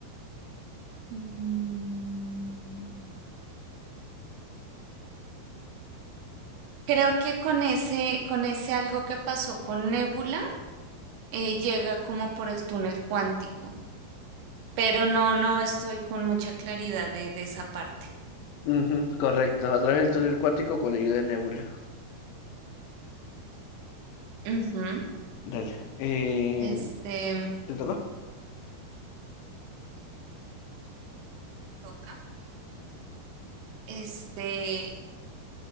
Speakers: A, on the right; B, on the left.
A: Mm, Creo que con ese, con ese algo que pasó con Nebula, eh, llega como por el túnel cuántico, pero no, no estoy con mucha claridad de, de esa parte.
B: Ujú, correcto, a través del túnel cuántico con la ayuda de Nebula.
A: Ujú.
B: Dale. Eh,
A: Este,
B: ¿te toca?
A: Toca. este,